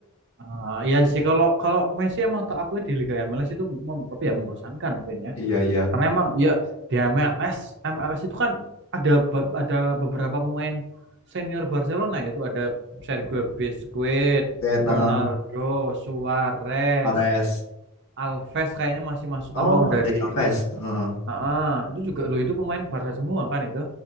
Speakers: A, on the right; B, on the left.
A: Ah, iya sih kalau kalau Messi emang tak akui di Liga MLS itu mem- apa ya membosankan mungkin ya.
B: Iya iya.
A: Karena emang ya di MLS MLS itu kan ada ada beberapa pemain senior Barcelona yaitu ada Sergio Busquets,
B: Kayak heeh,
A: Ronaldo, Suarez,
B: Mahrez.
A: Alves kayaknya masih masuk
B: Oh,
A: apa udah
B: Dani
A: di
B: Alves. Heeh.
A: Heeh, itu juga loh itu pemain Barca semua kan itu.